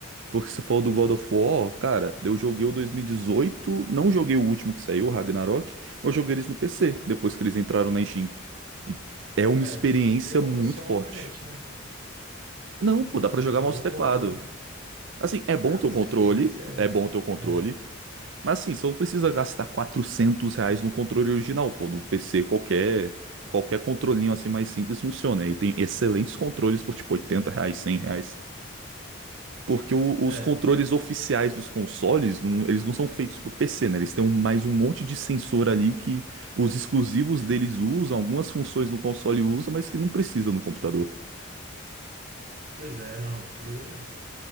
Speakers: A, on the right; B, on the right.
A: Porque se for do God of War, cara, eu joguei o 2018, não joguei o último que saiu, o Ragnarok, mas joguei eles no PC, depois que eles entraram na Steam. E é uma
B: É,
A: experiência
B: eu teria que
A: muito
B: comprar só
A: forte.
B: uma manete, né?
A: Não, pô, dá pra
B: Tem
A: jogar
B: que comprar
A: mouse e
B: um
A: teclado.
B: controle.
A: Assim, é bom
B: Ah,
A: ter
B: mas
A: o controle,
B: a experiência
A: é bom ter o controle,
B: é... É,
A: mas assim, você não precisa gastar 400 reais no controle original, pô, no PC qualquer, qualquer controlinho assim mais simples funciona. E tem excelentes controles por tipo 80 reais, 100 reais. Porque o-
B: é,
A: os controles oficiais dos consoles, não- eles não são feitos pro PC, né? Eles têm um- mais um monte de sensor ali que os exclusivos deles usam, algumas funções do console usam, mas que não precisa no computador.
B: pois é, não. Eu